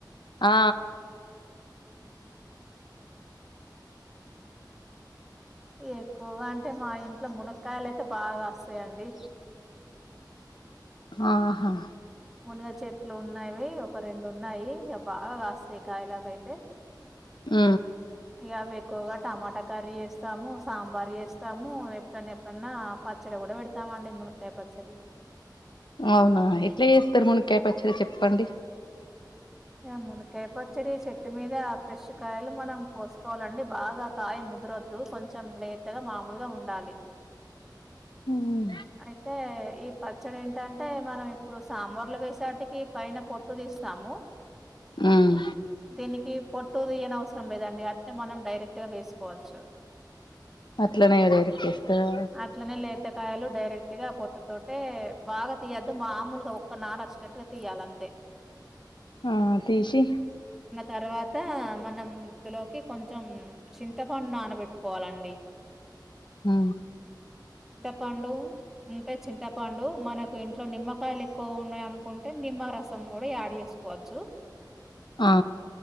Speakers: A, on the left; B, in the centre.
A: ఆ
B: ఎక్కువగా అంటే మా ఇంట్లో ములక్కాయలు అయితే బాగా వస్తాయండి
A: ఆహా
B: మునుగ చెట్లు ఉన్నావి ఒక రెండు ఉన్నాయి ఇక బాగా కాస్తయి కాయలైతే అవి అయితే
A: ఆ
B: ఇగ ఎక్కువగా టమాటా కర్రీ చేస్తాము సాంబార్ చేస్తాము ఎప్పుడన్నా ఎప్పుడన్నా పచ్చడి కూడా పెడతామండి ములక్కాయ పచ్చడి
A: అవునా ఎట్లే చేస్తారు ములక్కాయ పచ్చడి చెప్పండి
B: ఆ మునక్కాయ పచ్చడి చెట్టు మీద ఫ్రెష్ కాయలు మనం కోసుకోవాలంటే బాగా కాయలు ముదురద్దు కొంచెం లేతగా మామూలుగా ఉండాలి
A: ఉమ్
B: అయితే ఈ పచ్చడి ఏంటంటే మనం ఇప్పుడు సాంబార్లు వేసేటికి పైన పొట్టు తీస్తాము
A: ఉమ్
B: దీనికి పొట్టు తీయవలసిన అవసరం లేదండి అట్లనే మనం డైరెక్ట్ గా వేసుకోవచ్చు
A: అట్లనే డైరెక్ట్ చేస్తారా
B: అట్లనే లేత కాయలు డైరెక్ట్ గా పొట్టుతోటే బాగా తీయద్దు మామూలుగా ఒక్క నారు వచ్చేటట్టుగా తీయాలే అంతే ఆ
A: ఆ తిసి
B: తర్వాత మనం ఇందులోకి కొంచెం చింతపండు నానబెట్టుకోవాలండి ఆ
A: ఆ
B: పండు ఉంటే చింతపండు మనకు ఇంట్లో నిమ్మకాయలు ఎక్కువగా ఉన్నాయి అనుకుంటే నిమ్మ రసం కూడా యాడ్ చేసుకోవచ్చు
A: ఆ